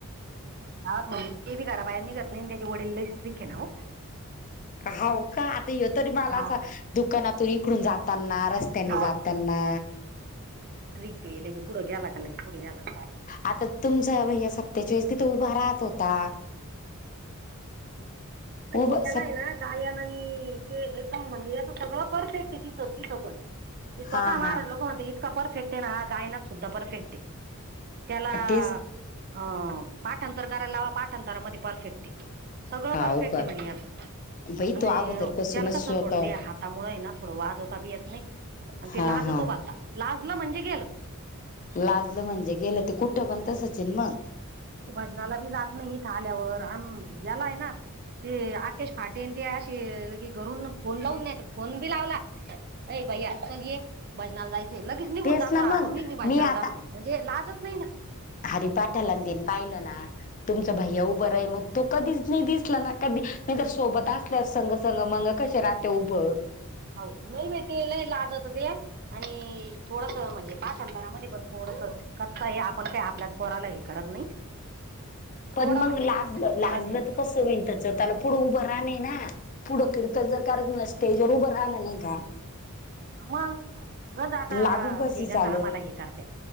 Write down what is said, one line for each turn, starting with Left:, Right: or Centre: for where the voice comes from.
Right: वात म्हणजे ते बी घराबाहेर निघत नाही. त्याचे वडील लई स्ट्रिक्ट ना ओ.
Left: होव का? आता यो तरी माला
Right: हा
Left: असा दुकानातून इकडून जातांना. रस त्यांनी
Right: हा
Left: जातांना.
Right: ते लगे कुड गेला का. कुड गेलान काय?
Left: आता तुमचा भैया सपत्याच्या वेळेस तिथं उभा राहत होता.
Right: आधी
Left: उभ
Right: गेलाय
Left: सप
Right: ना गायन आणि ते एकदम म्हणजे याच सगळं परफेक्ट आहे तिचं तिथ पण. ते स्वतः
Left: हा
Right: महाराज
Left: हा
Right: लोक म्हणत इतका परफेक्ट आहे ना हा गायनात सुद्धा परफेक्ट आहे. त्याला
Left: तेच
Right: अं पाठांतर करायला लावा पाठांतरामध्ये परफेक्ट आहे. सगळं
Left: हाव
Right: परफेक्ट
Left: का
Right: आहे म्हणे याच
Left: बाई
Right: आणि
Left: तो अगोदर पासूनच
Right: त्याला कसं
Left: स्वत
Right: थोडं ते हा हातामुळ आहे ना थोड वाजता बी येत नाही आणि
Left: हा
Right: ते लाजतो
Left: हा
Right: भलता लाजल म्हणजे गेलं.
Left: लाजल म्हणजे गेल ते कुठ पण तसच आहे ना मग.
Right: भजनाला बी जात नाही इथं आल्यावर, आणि यालाय ना ते आकेश फाटे ते असे की घरून फोन लावून नाही फोन बी लावला. ये भैया चल‌ ये भजनाला जायचय. ते लगेच निघून
Left: तेच
Right: जातो
Left: ना
Right: हा मग मम्मी मी भजनाला
Left: आता
Right: चाललो म्हणजे लाजत नाही ना.
Left: हरी पाठाला तेन पाहिलं ना. तुमचा भैया उभा राही मग तो कधीच नाही दिसला ना कधी नाही तर सोबत आसतो चल संग संग मंग कस राहते उभं.
Right: हो. नाही बाई, ते लई लाजतं ते. आणि थोडसं म्हणजे पाठांतरमध्ये पण, थोडस कच्चा आहे, आपण काय आपल्याच पोराला हे करत नाही. थोडा
Left: पण मंग
Right: म्हणजे
Left: लाज, लाजलं
Right: फरक आहे ना
Left: तर. कसं होईन त्याचं. त्याला, पुढं उभं राहन आहे ना. पुढ कीर्तन जर कारच नसतील तर उभं राहानं नाही का?
Right: मग गज आता,
Left: लाजून कसं
Right: ते ह्याच
Left: चालेल
Right: आम्हाला हे करत्यात.